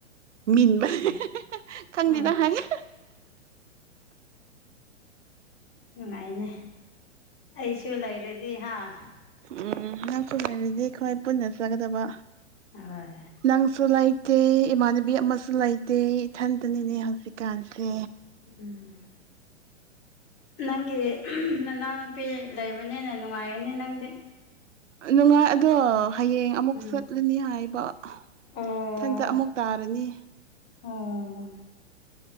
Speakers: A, on the right; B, on the left.
A: ꯃꯤꯟꯕ
B: ꯎꯝ
A: ꯈꯪꯗꯦꯗ
B: ꯑꯣ
A: ꯍꯥꯏꯌꯦ
B: ꯅꯨꯡꯉꯥꯏꯅꯦ ꯑꯩꯁꯨ ꯂꯩꯔꯗꯤ ꯍꯥꯥ
A: ꯎꯝ ꯅꯪꯁꯨ ꯂꯩꯔꯗꯤ ꯑꯩꯈꯣꯏ ꯄꯨꯟꯅ ꯆꯠ ꯀꯗꯕ
B: ꯍꯣꯏ
A: ꯅꯪꯁꯨ ꯂꯩꯇꯦ ꯏꯃꯥꯟꯅꯕꯤ ꯑꯃꯁꯨ ꯂꯩꯇꯦ ꯏꯊꯟꯇꯅꯤꯅꯦ ꯍꯧꯖꯤꯛꯀꯥꯟꯁꯦ
B: ꯎꯝ ꯅꯪꯒꯤ ꯅꯅꯥꯎꯅꯨꯄꯤ ꯂꯩꯕꯅꯦ ꯅꯤꯅ ꯅꯨꯡꯉꯥꯏꯒꯅꯤ ꯅꯪꯗꯤ
A: ꯅꯨꯡꯉꯥꯏ ꯑꯗꯣ ꯍꯌꯦꯡ ꯑꯃꯨꯛ
B: ꯎꯝ
A: ꯆꯠꯂꯅꯤ ꯍꯥꯏꯕ
B: ꯑꯣ
A: ꯏꯊꯟꯗ ꯑꯃꯨꯛ ꯇꯥꯔꯅꯤ
B: ꯑꯣ